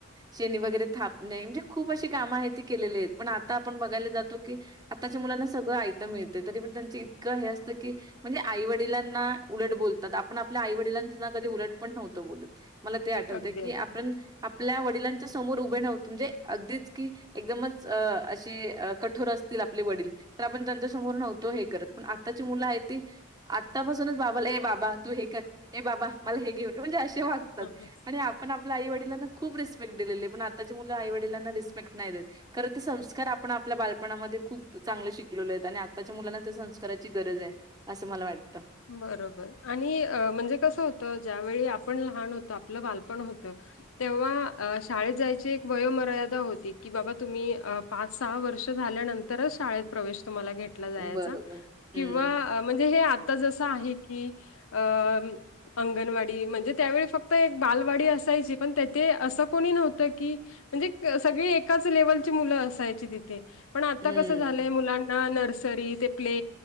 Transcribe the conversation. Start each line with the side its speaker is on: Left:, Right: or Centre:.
Right: शेनी वगैरे थापणे म्हणजे खूप अशी कामं आहेत ती केलेली आहेत. पण आता आपण बघायला जातो की आताच्या मुलांना सगळं आयत मिळते तरी पण त्यांच इतकं हे असतं की म्हणजे आई वडिलांना उलट बोलतात आपण आपल्या आई वडिलांना कधी उलट पण नव्हतो बोलत. मला ते आठवतय
Left: अगदी
Right: की
Left: अगदी.
Right: आपण आपल्या वडिलांच्या समोर उभे नव्हतो म्हणजे अगदीच की एकदमच अ- अशे कठोर असतील आपले वडील. तर आपण त्यांच्या समोर नव्हतो, हे करत पण आत्ताची मुलं आहे ती आत्तापासूनच बाबाला ए बाबा तू हे कर ए बाबा मला हे घेऊन म्हणजे असे वागतात
Left: हं हं.
Right: आणि आपल आई वडीलांना खूप रिस्पेक्ट, दिलेले, पण आताच्या मुल आई वडीलांना रिस्पेक्ट, नाही देत. खरं ते संस्कार आपण आपल्या बालपणामध्ये खूप चांगले शिकलेलो, आहेत आणि आत्ताच्या, मुलांना त्या संस्काराची गरज आहे. असं मला वाटतं.
Left: बरोबर आणि म्हणजे कसं होतं ज्यावेेळी आपण लहान होत आपलं बालपण होतं. तेव्हा शाळेत जायची एक वयोमर्यादा होती की बाबा तुम्ही पाच सहा वर्ष झाल्यानंतरच शाळेत प्रवेश तुम्हाला घेतला जायचा
Right: बरोबर.
Left: किंवा
Right: हं,
Left: अ म्हणजे हे आता जसं आहे की अ अंगणवाडी म्हणजे त्यावेळी फक्त एक बालवाडी असायची पण तेथे असं कोणी नव्हतं की म्हणजे सगळी एकाच लेवलची मुलं असायची तिथे. पण आता
Right: हं.
Left: कसं झालंय मुलांना नर्सरी ते प्ले